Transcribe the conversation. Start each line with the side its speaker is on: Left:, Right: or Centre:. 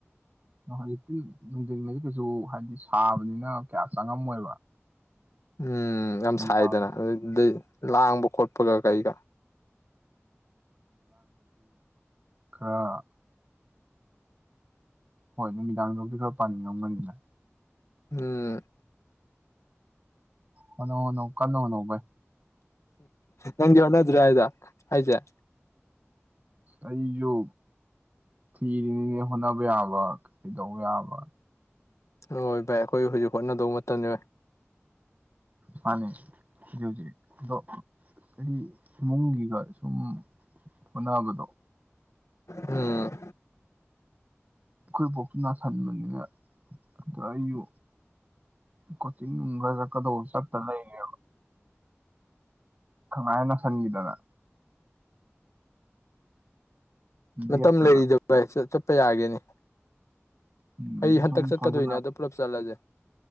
Right: <unintelligible> ꯀꯤꯁꯨ ꯍꯥꯏꯗꯤ ꯁꯥꯕꯅꯤꯅ ꯀꯌꯥ ꯆꯪꯉꯝꯃꯣꯏꯕ
Left: ꯎꯝ ꯌꯥꯝ
Right: ꯅꯨꯃꯤꯗꯥꯡ
Left: ꯁꯥꯏꯗꯅ ꯑꯗꯨꯗꯩ ꯂꯥꯡꯕ ꯈꯣꯠꯄꯒ ꯀꯩꯒ
Right: ꯈꯔꯥ ꯍꯣꯏ ꯅꯨꯃꯤꯗꯥꯡꯗꯕꯨꯗꯤ ꯈꯔ ꯄꯥꯅꯤꯡ ꯉꯝꯒꯅꯤꯅ
Left: ꯎꯝ
Right: ꯍꯣꯠꯅꯧ ꯍꯣꯠꯅꯧ ꯀꯟꯅꯥ ꯍꯣꯠꯅꯧ ꯚꯥꯏ
Left: ꯅꯪꯒꯤ ꯍꯣꯠꯗ꯭ꯔꯦ ꯍꯥꯏꯗꯨꯔꯥ ꯍꯥꯏꯖꯦ
Right: ꯑꯩꯁꯨ ꯊꯤꯔꯤꯅꯤꯅꯦ ꯍꯣꯠꯅꯕ ꯌꯥꯕ ꯀꯩꯗꯧꯕ ꯌꯥꯕ
Left: ꯍꯣꯏ ꯚꯥꯏ ꯑꯩꯈꯣꯏ ꯍꯧꯖꯤꯛ ꯍꯣꯠꯅꯗꯧꯕ ꯃꯇꯝꯅꯦ ꯚꯥꯏ
Right: ꯃꯥꯅꯩ ꯍꯧꯖꯤꯛ ꯍꯧꯖꯤꯛ ꯑꯗꯣ ꯑꯩꯗꯤ ꯏꯃꯨꯡꯒꯤꯒ ꯁꯨꯝ ꯍꯣꯠꯅꯕꯗꯣ
Left: ꯎꯝ
Right: ꯑꯩꯈꯣꯏ ꯕꯣꯛꯀꯤ ꯅꯥꯁꯤꯟꯕꯅꯤꯅ ꯑꯗ ꯑꯩꯁꯨ ꯀꯣꯆꯤꯡꯅꯨꯡꯒ ꯆꯠꯀꯗꯧꯕ ꯆꯠꯇ ꯂꯩꯌꯦꯕ ꯈꯪꯅꯥ ꯍꯦꯛ ꯅꯥꯁꯟꯒꯤꯗꯅ
Left: ꯃꯇꯝ
Right: ꯂꯦꯞꯇꯅ
Left: ꯂꯩꯔꯤꯗ ꯚꯏ ꯄ ꯌꯥꯒꯤꯅꯤ
Right: ꯎꯝ
Left: ꯑꯩ
Right: ꯑꯗꯨ
Left: ꯍꯟꯇꯛ
Right: ꯁꯨꯝ
Left: ꯆꯠꯀꯗꯣꯏꯅꯦ
Right: ꯁꯣꯟꯖꯜꯂꯛꯑꯗꯤ
Left: ꯑꯗ ꯄꯨꯂꯞ ꯆꯠꯂꯁꯦ